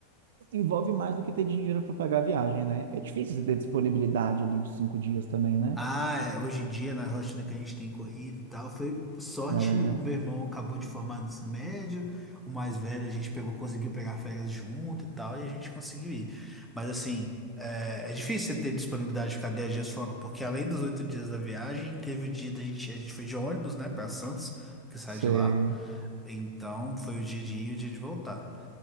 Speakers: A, on the right; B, in the centre.
A: envolve mais do que ter dinheiro para pagar a viagem, né? É difícil você ter disponibilidade ali de cinco dias também, né?
B: Ah, é, hoje em dia, na rotina que a gente tem corrida e tal, foi sorte.
A: É,
B: Meu irmão acabou de formar no ensino médio, o mais velho a gente pegou, conseguiu pegar férias junto e tal, e a gente conseguiu ir. Mas assim, é, é difícil você ter disponibilidade de ficar 10 dias fora, porque além dos oito dias da viagem, teve o dia da gente, a gente foi de ônibus, né, pra Santos, que sai
A: sei.
B: de lá. Então foi o dia de ir e o dia de voltar.